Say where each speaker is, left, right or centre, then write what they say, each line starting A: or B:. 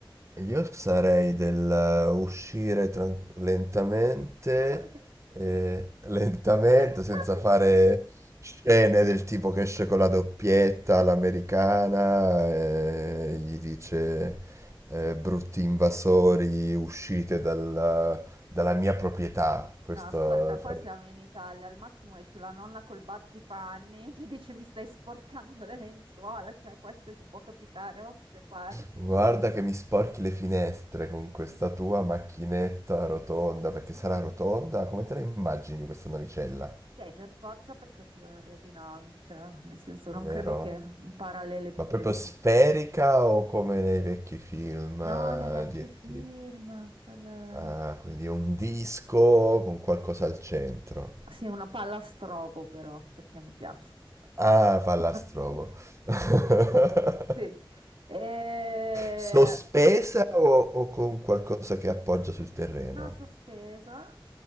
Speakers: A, on the right (about 35°); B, on the right (about 85°).
A: Io sarei del eh, uscire tran- lentamente,
B: <laughs>
A: eh, lentamente,
B: <laughs>
A: senza fare scene del tipo che esce con la doppietta all'americana e gli dice eh, brutti invasori, uscite dalla, dalla mia proprietà. Questo
B: No, ascolta,
A: farei.
B: qua siamo in Italia, al massimo esce la nonna col battipanni <laughs> che dice mi stai sporcando le lenzuola, cioè questo gli può capitare da queste parti.
A: Guarda che mi sporchi le finestre con questa
B: Sì,
A: tua macchinetta rotonda, perché
B: sì,
A: sarà
B: sì.
A: rotonda? Come te la immagini questa navicella?
B: Beh, per forza perché è più aerodinamica, nel senso non
A: Vero?
B: credo che un parallelepipedo
A: Ma proprio sferica
B: possa...
A: o come nei vecchi film
B: No,
A: eh,
B: nei vecchi
A: di E.T.?
B: film, quella...
A: Ah, quindi è un disco con qualcosa al centro.
B: Sì, una palla a strobo però, perché mi piace.
A: Ah, pallastromo.
B: <laughs>
A: <laughs>
B: Eh, Sì. E...
A: Sospesa o, o con qualcosa che appoggia sul terreno?
B: No, sospesa,